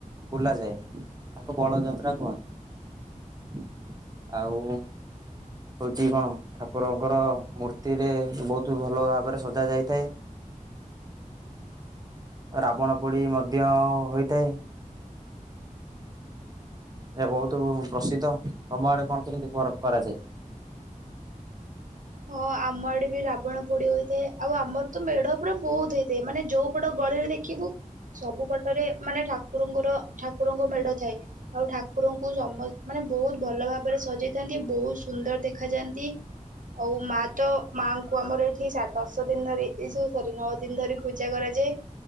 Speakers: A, on the right; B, on the right.
A: ବୁଲା ଯାଏ ତାକୁ ବଳଯାତ୍ରା କୁହନ୍ତି ଆଉ ହୋଉଛି କଣ ଠାକୁରଙ୍କର ମୂର୍ତ୍ତିରେ ବହୁତ ଭଲ ଭାବରେ ସଜା ଯାଇଥାଏ, ରାବଣ ପୋଡି ମଧ୍ୟ ହୋଇଥାଏ। ଏ ବହୁତ ପ୍ରସିଦ୍ଧ ତମ ଆଡେ କଣ କେମିତି କରାଯାଏ।
B: ହଁ ଆମ ଆଡେ ବି ରାବଣ ପୋଡି ହୋଇଥାଏ ଆଉ ଆମର ତ ମେଢ ପୁରା ବହୁତ୍ ହେଇଥାଏ ମାନେ ଯୋଉ ପଟ ଗଳିରେ ଦେଖିବୁ ସବୁପଟରେ ମାନେ ଠାକୁରଙ୍କର ଠାକୁରଙ୍କ ମେଢ ଥାଏ ଆଉ ଠାକୁରଙ୍କୁ ସମ ମାନେ ବହୁତ ଭଲ ଭାବରେ ସଜେଇଥାନ୍ତି ବହୁତ ସୁନ୍ଦର ଦେଖାାଯାଆନ୍ତି। ଆଉ ମା ତ ମାଙ୍କୁ ଆମର ଏଠି ଦଶ ଦିନ ଧରି ଏ ଯୋଉ ସରି ନଅ ଦିନ ଧରି ପୂଜା କରାଯାଏ।